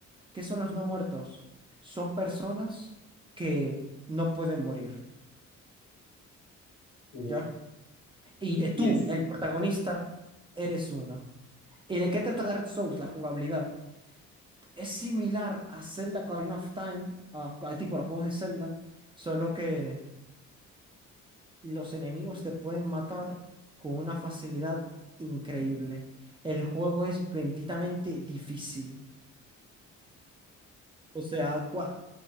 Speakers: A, on the right; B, on the left.
A: ¿Qué son los no muertos? Son personas que no pueden morir,
B: Wow.
A: ¿ya? Y de- tú,
B: Y es,
A: el protagonista, eres uno. ¿Y de qué trata Dark Souls? La jugabilidad. Es similar a Zelda Ocarina of Time, a, a tipo los juegos de Zelda, solo que los enemigos te pueden matar con una facilidad increíble. El juego es benditamente difícil. O sea, cua-